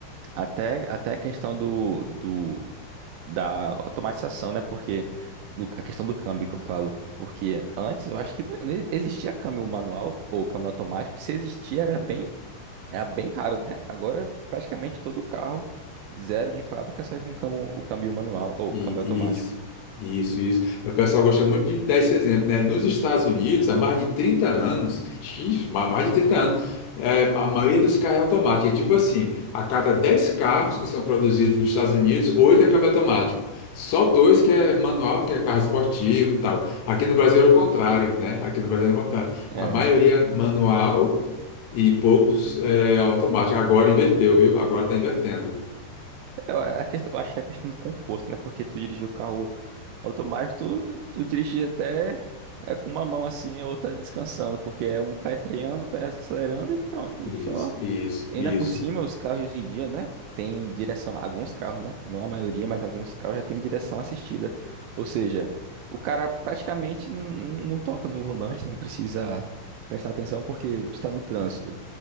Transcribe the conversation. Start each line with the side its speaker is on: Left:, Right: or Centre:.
Right: até, até a questão do, do, da automatização, né? Porque no- a questão do câmbio que eu falo, porque antes eu acho que não não existia câmbio manual ou câmbio automático, se existia era bem Era bem raro, né? Agora praticamente todo carro zero de fábrica sai com camo- o câmbio manual ou
Left: E-
Right: câmbio automático.
Left: Isso, isso, isso. O pessoal gosta muito de dar esse exemplo, né? Nos Estados Unidos, há mais de 30 anos, X, ma- mais de 30 anos, é, a maioria dos carros é automático. É tipo assim, a cada 10 carros que são produzidos nos Estados Unidos, 8 é câmbio automático. Só dois que é manual, que é carro esportivo e tal. Aqui no Brasil é o contrário, né? Aqui no Brasil é o contrário.
Right: É,
Left: A maioria manual e poucos é, automático. Agora inverteu, viu? Agora está invertendo.
Right: eu, a quest- eu acho que é a questão do conforto, né? Porque tu dirigir o carro Automático, tu, tu dirige até é com uma mão assim, a outra descansando, porque é um pé freando, o pé acelerando e pronto.
Left: Isso,
Right: Só
Left: isso,
Right: ainda
Left: isso.
Right: por cima, os carros de hoje em dia, né? Tem direção, alguns carros, né? Não a maioria, mas alguns carros já tem direção assistida. Ou seja, o cara praticamente não, não toca no volante, não precisa prestar atenção porque tu tá no trânsito.